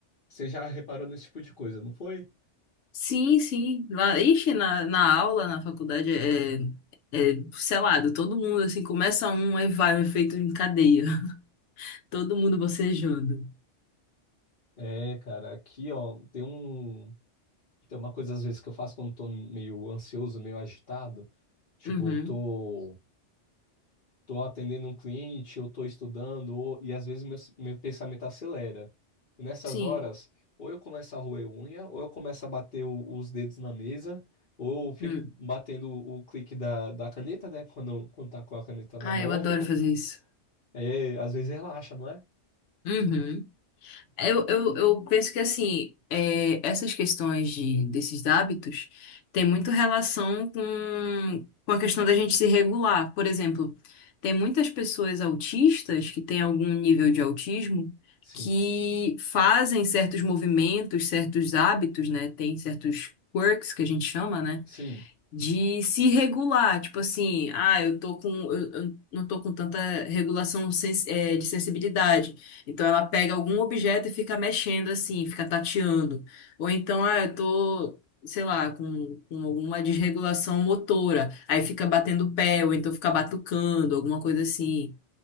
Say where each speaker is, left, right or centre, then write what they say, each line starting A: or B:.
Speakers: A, on the left; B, on the left.
A: você já reparou nesse tipo de coisa, não foi?
B: Sim, sim. Lá, ixi, na, na aula, na faculdade, é, é selado, todo mundo, assim, começa um, aí vai, um efeito em cadeia. <laughs> Todo mundo bocejando.
A: É, cara, aqui, ó, tem um, tem uma coisa às vezes que eu faço quando tô meio ansioso, meio agitado, tipo,
B: Uhum,
A: eu tô tô atendendo um cliente, eu tô estudando, ou- e às vezes meu, meu pensamento acelera. E nessas
B: sim.
A: horas, ou eu começo a roer unha, ou eu começo a bater o- os dedos na mesa, ou eu fico
B: Hum.
A: batendo o clique da, da caneta, né? Quando, quando tá com a caneta
B: Ah,
A: na mão,
B: eu
A: ou
B: adoro
A: eu fico.
B: fazer isso.
A: É, às vezes relaxa, não é?
B: Uhum. Eu, eu, eu penso que assim, é, essas questões de, desses hábitos têm muito relação com, com a questão da gente se regular. Por exemplo, tem muitas pessoas autistas que têm algum nível de autismo
A: Sim,
B: que fazem certos movimentos, certos hábitos, né? Tem certos quirks que a gente chama, né?
A: sim,
B: de se regular, tipo assim, ah, eu tô com, eu, eu não tô com tanta regulação sens- eh, de sensibilidade. Então ela pega algum objeto e fica mexendo assim, fica tateando. Ou então, ah, eu tô, sei lá, com, com alguma desregulação motora, aí fica batendo o pé, ou então fica batucando, alguma coisa assim.